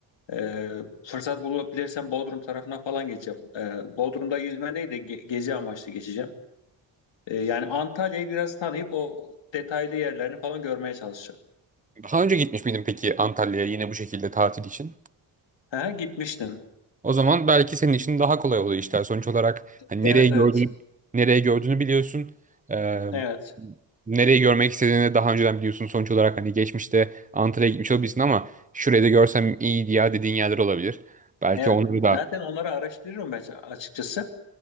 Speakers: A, on the left (about 75°); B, on the right (about 15°).
A: Ee, fırsat bulabilirsem Bodrum tarafına falan geçeceğim. Ee, Bodrum'da yüzme değil de ge- gezi amaçlı geçeceğim. Ee, yani Antalya'yı biraz tanıyıp o detaylı yerlerini falan görmeye çalışacağım.
B: Daha önce gitmiş miydin peki Antalya'ya yine bu şekilde tatil için?
A: Ha, gitmiştim.
B: O zaman belki senin için daha kolay oluyor işler. Sonuç olarak hani
A: Evet
B: nereye gördüğünü,
A: evet.
B: nereye gördüğünü biliyorsun. Ee,
A: Evet.
B: nereyi görmek istediğini daha önceden biliyorsun. Sonuç olarak hani geçmişte Antalya'ya gitmiş olabilirsin ama şurayı da görsem iyiydi ya dediğin yerler olabilir. Belki
A: Evet.
B: onları da.
A: Zaten onları araştırıyorum ben açıkçası.